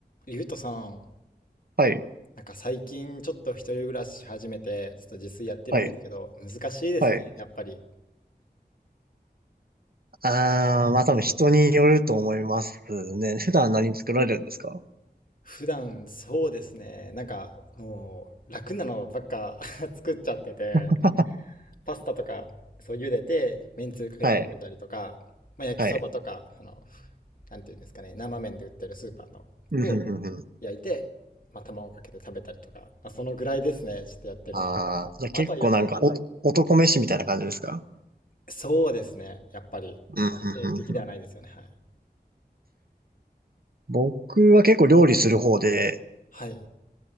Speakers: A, on the left (about 55°); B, on the right (about 65°).
A: ゆうとさん、
B: はい、
A: なんか最近ちょっと一人暮らし始めて、ちょっと自炊やってるんですけど、
B: はい、
A: 難しいですね、
B: はい。
A: やっぱり。
B: ああ、まあ多分人によると思いますね。<laughs> 普段何作られるんですか
A: 普段そうですね、なんかもう楽なのばっか <laughs> 作っちゃってて、
B: <laughs>
A: パスタとかそう茹でて、めんつゆかけて食べたりとか、
B: はい、
A: まあ、焼きそばとか、
B: はい。
A: あの、なんていうんですかね、生麺で売ってるスーパーのを
B: <laughs> うん、うん、うん。うん
A: 焼いて、まあ、卵かけて食べたりとか、まあ、そのぐらいですね、ちょっとやってるのは。
B: ああ、じゃあ結構なんかお、
A: あとはや、
B: 男飯みたいな感じですか
A: そうですね。やっぱり、
B: うん、うん、
A: 家庭的ではないですよね。
B: うんうん。
A: はい。
B: 僕は結構料理する方で、
A: はい。